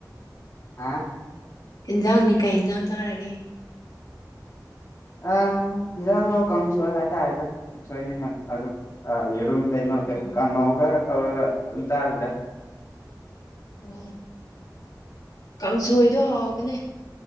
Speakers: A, on the left; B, on the left.
A: ꯍꯥ
B: ꯏꯟꯖꯥꯡꯗꯤ ꯀꯩ ꯌꯦꯟꯖꯥꯡ ꯆꯥꯔꯒꯦ
A: ꯑ ꯍꯟꯖꯥꯡꯗꯣ ꯀꯥꯡꯁꯣꯏ ꯍꯥꯏꯇꯥꯔꯦꯗ ꯀꯥꯡꯁꯣꯏꯅꯤ ꯑꯗꯨ ꯌꯦꯔꯨꯝ ꯀꯩꯅꯣ
B: ꯑꯣ
A: ꯀꯥꯡꯉꯧ ꯈꯔꯒ ꯇꯧꯔꯒ ꯑꯗꯨꯝ ꯆꯥꯔꯤꯗ
B: ꯑꯣ ꯀꯥꯡꯁꯣꯏꯗꯣ ꯍꯥꯎꯕꯅꯦ